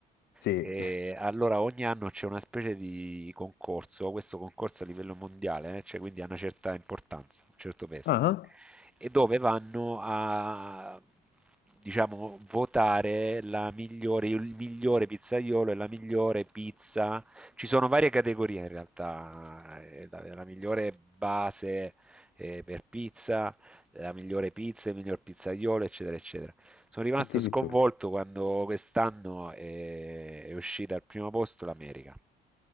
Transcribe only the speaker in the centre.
E allora ogni anno c'è una specie di concorso, questo concorso a livello mondiale, eh, cioè quindi ha una certa importanza, un certo peso,
e dove vanno a, diciamo, votare la migliore, il migliore pizzaiolo e la migliore pizza. Ci sono varie categorie in realtà, eh, la la migliore base eh, per pizza la migliore pizza, il miglior pizzaiolo, eccetera, eccetera. Sono rimasto
sconvolto quando quest'anno è, è uscita al primo posto l'America.